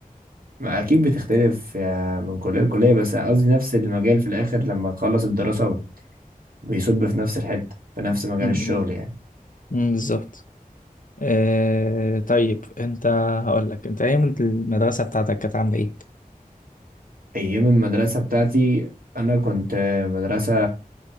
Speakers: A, on the right (about 70°); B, on the left (about 60°).
A: ما اكيد بتختلف آه، من كلية لكلية بس قصدي نفس المجال في الاخر لما تخلص الدراسة بيصب في نفس الحتة في نفس مجال
B: م-
A: الشغل يعني
B: امم بالظبط آه طيب انت هقول لك انت ايام المدرسه بتاعتك كانت عامله ايه
A: ايام المدرسة بتاعتي انا كنت آه، مدرسة